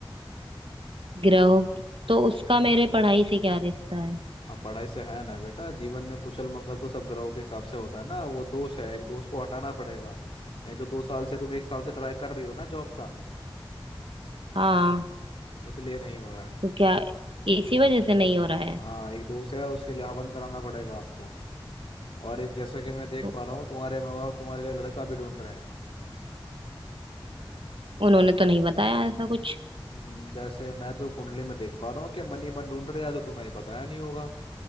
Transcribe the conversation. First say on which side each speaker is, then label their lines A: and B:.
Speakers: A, on the right; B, on the left.
A: ग्रहों की- तो उसका मेरे पढ़ाई से क्या रिश्ता है
B: हाँ पढ़ाई से है ना बेटा जीवन में कुशल मंगल तो सब ग्रहों के हिसाब से होता है ना वो दोष है एक दोष को हटाना पड़ेगा नहीं तो दो साल से तुम एक साल से ट्राई कर रही हो ना जॉब का
A: हाँ
B: इसलिए नहीं हो रहा है
A: तो क्या इसी वजह से नहीं हो रहा है
B: हाँ एक दोष है उसके लिए हवन कराना पड़ेगा आपको और एक जैसा कि मैं देख
A: तो
B: पा रहा हूँ तुम्हारे माँ बाप तुम्हारे लिए लड़का भी ढूंढ रहे हैं
A: उन्होंने तो नहीं बताया ऐसा कुछ
B: हम्म, जैसे मैं तो कुंडली में देख पा रहा हूँ कि मन ही मन ढूंढ रहे हैं या तो तुम्हें बताया नहीं होगा